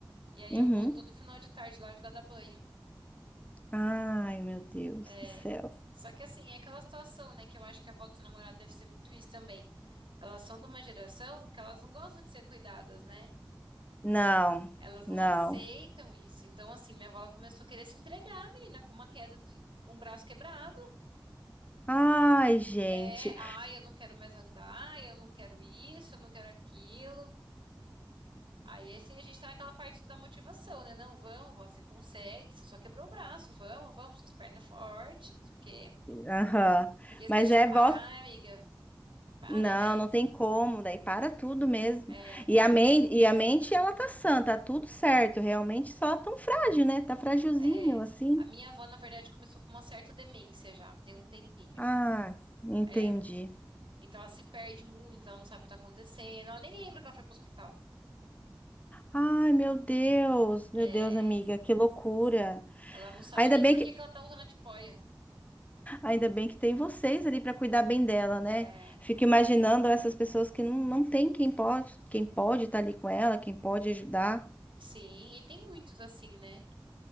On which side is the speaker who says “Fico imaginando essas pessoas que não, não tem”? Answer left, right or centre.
Left